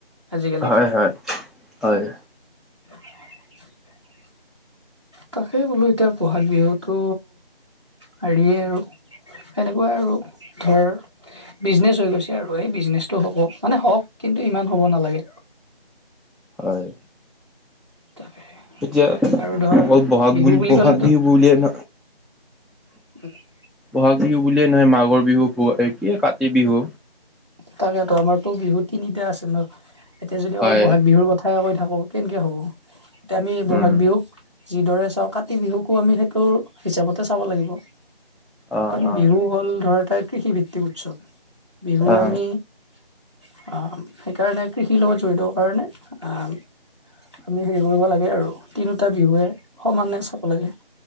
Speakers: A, on the right; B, in the centre.
A: আজিকালি
B: হয় হয় হয়।
A: <inaudible> তাকেই বোলো এতিয়া ব'হাগ বিহুতটো হেৰিয়ে আৰু। এনেকুৱাই আৰু ধৰ। বিজনেচ হৈ গৈছে আৰু, সেই বিজনেচটো হব, মানে হওক কিন্তু ইমান হ'ব নালাগে।
B: হয়,
A: তাকে
B: এতিয়া
A: আৰু ধৰ
B: অ বহাগ
A: বিহু
B: বুলি বহাগ
A: ক'লেতো
B: বিহু বুলিয়ে ন
A: <inaudible>
B: ব'হাগ বিহু বুলিয়ে নহয় মাঘৰ বিহু কি কাতি বিহু
A: তাকেতো আমাৰতো বিহু তিনিটা আছে ন, এতিয়া যদি
B: হয়
A: অকল ব'হাগ বিহুৰ কথ কথাই কৈ থাকো কেনেকে হ'ব? এতিয়া আমি বহাগ
B: উম
A: বিহুক যিদৰে চাওঁ কাতি বিহুকো আমি সেইটো হিচাপতে চাব লাগিব।
B: অ
A: কাৰণ
B: অ
A: বিহু হ'ল ধৰ এটা কৃষিভিত্তিক উৎসৱ। বোৰ
B: অ
A: আমি সেইকাৰণে কৃষিৰ লগত জড়িত কাৰণে আ আমি হেৰি কৰিব লাগে আৰু তিনিওটা বিহুৱে সমানে চাব লাগে।